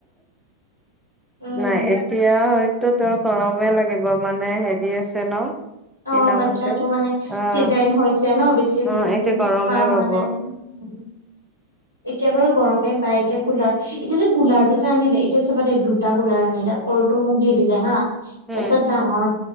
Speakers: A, on the right; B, in the centre.
A: উম
B: নাই এতিয়া হয়তো তোৰ গৰমে লাগিব মানে হেৰি আছে ন' কি
A: অ
B: নাম
A: বাচ্ছাটো
B: আছিল,
A: মানে
B: অ'
A: চিজাৰিন হৈছে ন বেছি
B: অ' এতিয়া গৰমে
A: মাহ হোৱা
B: পাব।
A: নাই এতিয়া বাৰু গৰমে পায়, এতিয়া কুলাৰ এতিয়া যে কুলাৰটো যে আনিলে এতিয়া চাবা দুটা কুলাৰ আনিলে। সৰুটো মোক দি দিলে হাঁ, তাৰপিছত
B: উম
A: ডাঙৰ